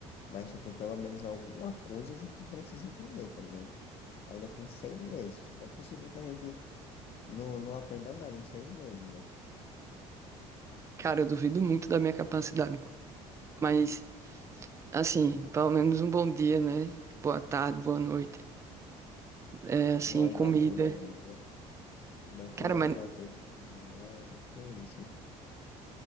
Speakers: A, on the left (about 45°); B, on the right (about 20°).
A: Mas, tipo, pelo menos alguma coisa a gente precisa entender, tá ligado? Ainda tem seis meses. Não é possível que a gente não, não aprenda nada em seis meses, né?
B: Cara, eu duvido muito da minha capacidade, mas, assim, pelo menos um bom dia, né? Boa tarde, boa noite. É, assim,
A: Um arigatô
B: comida.
A: da vida. Mete
B: Cara,
A: um arigatô
B: mas
A: da vida lá e é isso.